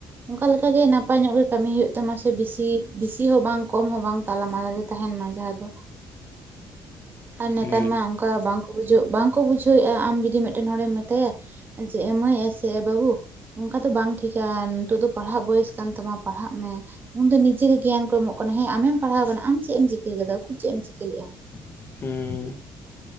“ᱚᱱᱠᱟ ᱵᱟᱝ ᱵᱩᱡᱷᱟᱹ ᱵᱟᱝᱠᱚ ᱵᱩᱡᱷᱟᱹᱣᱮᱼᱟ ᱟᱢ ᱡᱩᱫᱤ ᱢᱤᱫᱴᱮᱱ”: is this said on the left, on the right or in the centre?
Right